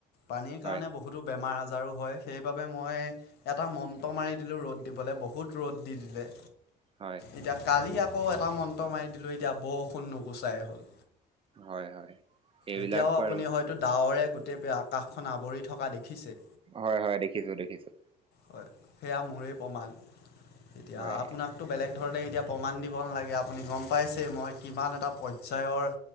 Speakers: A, on the left; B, on the right.
A: পানীৰ
B: হয়
A: কাৰণে বহু বহুতো বেমাৰ আজাৰো হয় সেইবাবে মই এটা মন্ত্ৰ মাৰি দিলোঁ ৰ'দ দিবলৈ বহুত ৰ'দ দি দিলে।
B: হয়।
A: এতিয়া কালি আকৌ এটা মন্ত্ৰ মাৰি দিলোঁ এতিয়া বৰষুণ নুগুচাই হ'ল।
B: হয় হয় এইবিলাক
A: এতিয়াও
B: বাৰু
A: আপুনি হয় ডাৱৰে গোটেই আকাশখন আৱৰি থকা দেখিছে।
B: হয় হয় দেখিছোঁ দেখিছোঁ।
A: হয়, সেয়া মোৰেই প্ৰমাণ এতিয়া
B: হয়
A: আপোনাক টো বেলেগ ধৰণে এতিয়া প্ৰমাণ দিব নালাগে, আপুনি গ'ম পাইছেই মই কিমান এটা পৰ্যায়ৰ